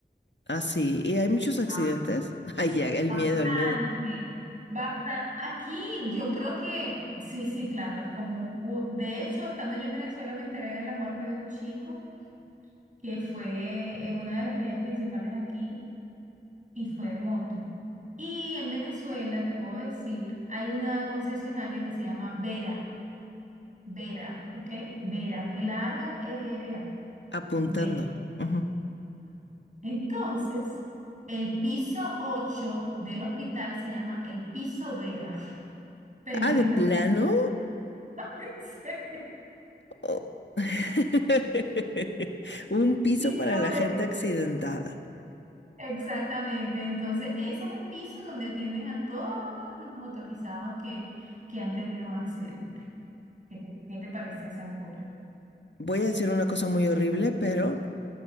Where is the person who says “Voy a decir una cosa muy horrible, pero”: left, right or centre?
Left